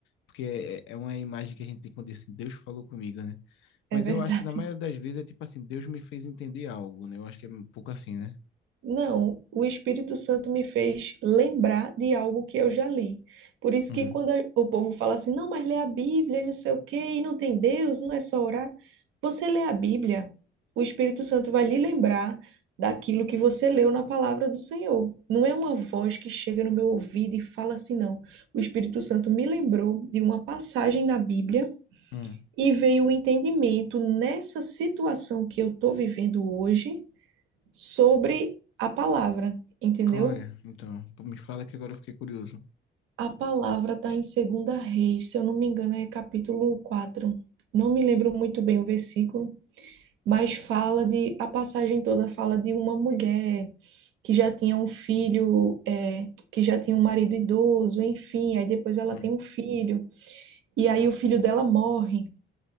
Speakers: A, on the left; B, on the right.
A: Porque é é é uma imagem que a gente tem quando diz assim, Deus falou comigo, né? Mas
B: É verdade.
A: eu acho que na maioria das vezes é tipo assim, Deus me fez entender algo, né? Eu acho que é um pouco assim, né?
B: Não, o Espírito Santo me fez lembrar de algo que eu já li. Por isso
A: Hum,
B: que quando a- o povo fala assim, não, mas lê a Bíblia, e não sei o quê, e não tem Deus, não é só orar. Você lê a Bíblia, o Espírito Santo vai lhe lembrar daquilo que você leu na palavra do Senhor. Não é uma voz que chega no meu ouvido e fala assim, não. O Espírito Santo me lembrou de uma passagem na Bíblia
A: hum.
B: e veio o entendimento nessa situação que eu estou vivendo hoje sobre a palavra, entendeu?
A: Chloe, então, pô, me fala que agora eu fiquei curioso.
B: A palavra está em Segunda Reis, se eu não me engano, é capítulo 4. Não me lembro muito bem o versículo, mas fala de, a passagem toda fala de uma mulher que já tinha um filho, é, que já tinha um marido idoso, enfim, aí depois ela
A: Hum,
B: tem um filho, e aí o filho dela morre.